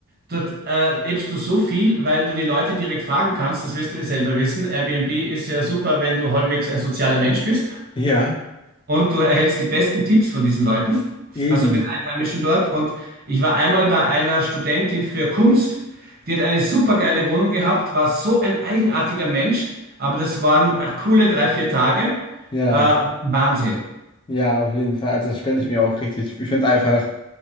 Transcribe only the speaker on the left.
Ja,
eben.
Ja,
ja, auf jeden Fall. Also das stelle ich mir auch richtig. Ich finde einfach,